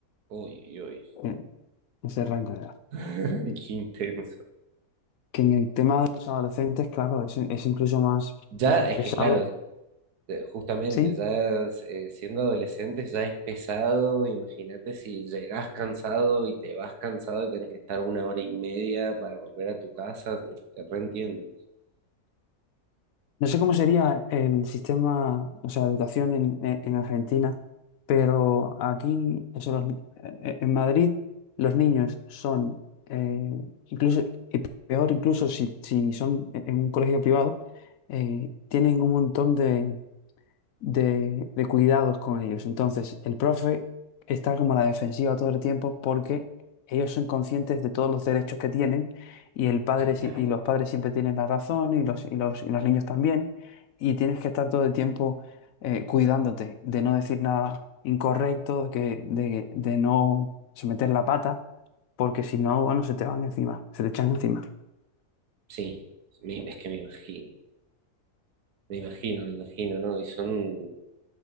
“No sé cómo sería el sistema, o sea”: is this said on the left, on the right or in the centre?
Left